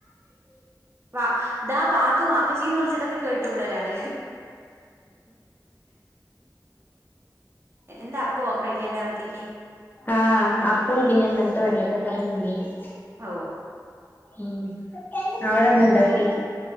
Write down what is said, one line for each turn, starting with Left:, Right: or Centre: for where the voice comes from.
Right: വ ദാ പാത്തു വാപ്പച്ചീന്ന് വിളിച്ചതൊക്കെ. കേട്ടു ഇവിടൊരാള് എന്താ അപ്പോ കഴിക്കാൻ രാവിലത്തേക്ക.....
Left: ആ അപ്പോ പിന്നെ ഇന്നലത്തെ വെള്ളക്കക്ക കറീണ്ടായിരുന്നു
Right: ഔ
Left: ഉം അവടെ എന്ത ഇണ്ടാക്കി